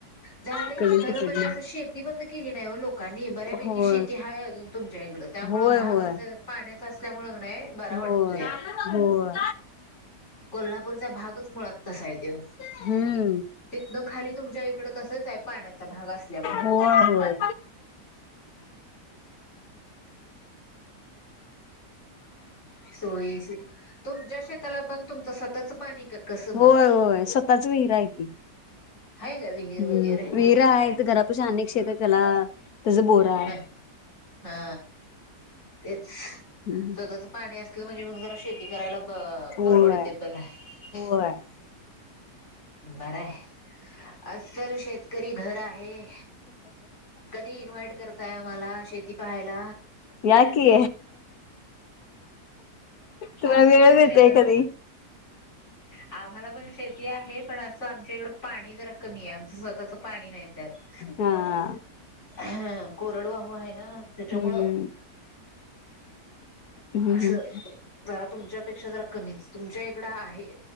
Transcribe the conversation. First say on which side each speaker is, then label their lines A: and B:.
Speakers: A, on the left; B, on the left.
A: झालंय
B: इकडून
A: की खर
B: तिकडनं.
A: म्हणजे अस शेती बंद केली नाही हो लोकांनी बऱ्यापैकी
B: होय
A: शेती हाय अजून तुमच्या इकड त्यामुळे
B: होय
A: भाग
B: होय
A: असं पाण्या असल्यामुळे. पे बरा
B: होय
A: वाटत या.
B: होय.
A: कोल्हापूरचा भागच मुळात तसा आहे तेव
B: हम्म.
A: तिथनं खाली तुमच्या इकड तसच आहे पाण्याचा भाग असल्यामुळें.
B: होय होय.
A: सोयी सु तुमच्या शेताला पण तुमच स्वतत पाणी का कसं मग.
B: होय होय स्वतःच विहिर आहे की
A: हाय का विहीर
B: हम्म
A: वगैरे
B: विहिरा आहे घरापशी अनेक शेत आहे त्याला. त्याच बोर आहे.
A: ह हा तेच
B: हम्म
A: स्वतःच पाणी असलं म्हणजे मग जरा शेती करायला ब
B: होय
A: परवडते पण हाय.
B: होय
A: बरं हे. अस्सल शेत. गरीब घर आहे कधी इन्व्हाइट करताय आम्हाला शेती पाहायला
B: या की तुम्हाला
A: आम्ही
B: वेळ
A: पण
B: मिळतोय
A: शेत
B: कधी
A: आम्हाला पण शेती आहे. पण असं आमच्या इकडं पाणी जर कमी आहे आमचं स्वतःच पण पाणी नाही त्यात
B: हा.
A: ह कोरडवाहू आहे ना त्याच्यामुळ.
B: हम्म. हं,
A: असं
B: हं.
A: जरा तुमच्यापेक्षा जर कमी तुमच्या इकडं आहे.